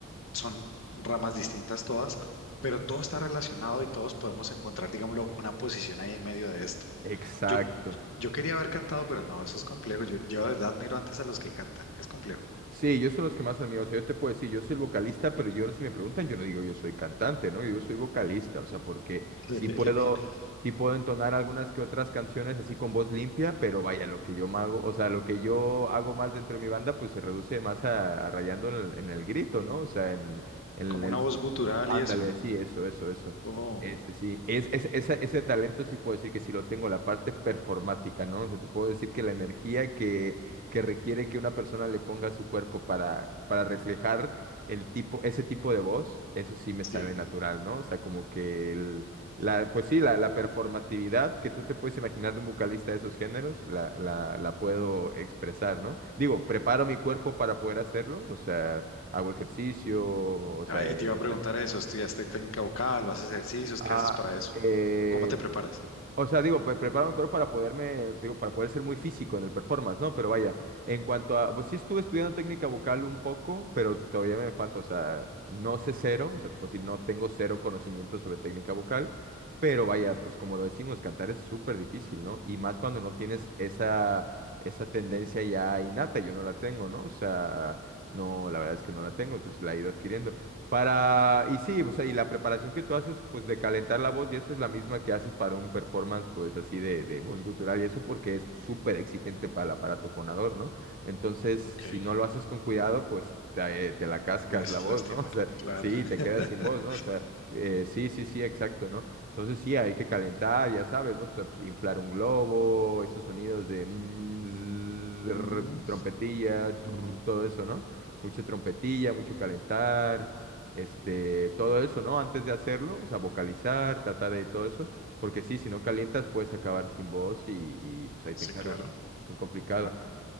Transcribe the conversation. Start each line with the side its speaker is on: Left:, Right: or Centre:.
Left: son ramas distintas todas, pero todo está relacionado y todos podemos encontrar, digámoslo, una posición ahí en medio de esto.
Right: Exacto.
Left: Yo, yo quería haber cantado, pero no, eso es complejo. Yo, yo de verdad miro antes a los que cantan, es complejo.
Right: Sí, yo soy los que más admiro. O sea, yo te puedo decir, yo soy el vocalista, pero yo si me preguntan, yo no digo yo soy cantante, ¿no? Yo digo soy vocalista, o sea, porque
Left: <laughs>
Right: sí puedo, sí puedo entonar algunas que otras canciones así con voz limpia, pero vaya, lo que yo ma- hago, o sea, lo que yo hago más dentro de mi banda, pues se reduce más a, a rayando en el, en el grito, ¿no? O sea, en, en
Left: Como
Right: el,
Left: una voz gutural
Right: Ándale,
Left: y eso.
Right: sí, eso, eso, eso.
Left: Oh,
Right: Este, sí, es, es, esa- ese talento sí puedo decir que sí lo tengo, la parte performática, ¿no? O sea, te puedo decir que la energía que, que requiere que una persona le ponga a su cuerpo para, para reflejar el tipo, ese tipo de voz, eso sí me
Left: sí.
Right: sale natural, ¿no? O sea, como que el, la, pues sí, la, la performatividad que tú te puedes imaginar de un vocalista de esos géneros, la, la, la puedo expresar, ¿no? Digo, preparo mi cuerpo para poder hacerlo, o sea, hago ejercicio, o sea,
Left: Ah, y
Right: etc.
Left: te iba a preguntar eso, ¿estudiaste técnica vocal o haces ejercicios?
Right: Ah,
Left: ¿Qué haces para eso?
Right: eh,
Left: ¿Cómo te preparas?
Right: o sea, digo, pre- preparo mi cuerpo para poderme, digo, para poder ser muy físico en el performance, ¿no? Pero vaya, en cuanto a, pues sí estuve estudiando técnica vocal un poco, pero todavía me falta, o sea, no sé cero, o sea, pues sí, no tengo cero conocimiento sobre técnica vocal, pero vaya, pues como lo decimos, cantar es súper difícil, ¿no? Y más cuando no tienes esa, esa tendencia ya innata, yo no la tengo, ¿no? O sea, no, la verdad es que no la tengo, entonces la he ido adquiriendo. Para, y sí, o sea, y la preparación que tú haces, pues de calentar la voz, y eso es la misma que haces para un performance, pues así de, de voz gutural, y eso porque es súper exigente para el aparato fonador, ¿no? Entonces, si
Left: Ok,
Right: no lo haces con cuidado, pues te, eh, te la cascas
Left: pues
Right: la voz,
Left: lastimar,
Right: ¿no? <laughs> O sea,
Left: claro.
Right: sí,
Left: <laughs>
Right: te quedas sin voz, ¿no? O sea, eh, sí, sí, sí, exacto, ¿no? Entonces, sí, hay que calentar, ya sabes, ¿no? O sea, pues, inflar un globo, estos sonidos de mm, zzzz, trr,
Left: Ujú.
Right: trompetilla, trr, todo eso, ¿no? Mucha trompetilla, mucho calentar este, todo eso, ¿no? Antes de hacerlo, o sea, vocalizar, tratar de todo eso, porque sí, si no calientas puedes acabar sin voz y, y, pues ahí
Left: Sí,
Right: te encargo,
Left: claro.
Right: ¿no? Muy complicado.
Left: A-